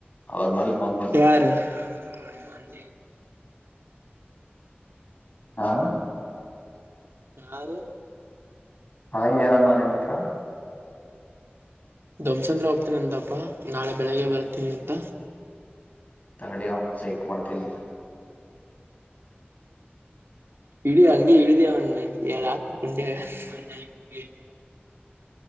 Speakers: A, on the left; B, on the right.
A: ಅವ್ರ ಮ ಮಾಡ್ತಿರ.
B: ಯಾರು <inaudible>
A: ಹಾ.
B: ಯಾರ.
A: ಹಾಯ್ ಏನಂದ ನಿನ್ನ ಹತ್ರ.
B: ಧ್ವಂಸಂದ್ರ ಹೋಗ್ತೀನ ಅಂತಪ್ಪಾ ನಾಳೆ ಬೆಳಿಗ್ಗೆ ಬರ್ತೀನಿ ಅಂತ.
A: ತಡಿ ಅವಂಗ ಸೈಕ ಮಾಡ್ತೀನಿ ಈಗ.
B: ಹಿಡಿ ಹಂಗೆ ಹಿಡಿದಿ ಅವನ ಎರಡ ಹಾಕ ಕುಂಡಿ ಮ್ಯಾಗ. <inaudible>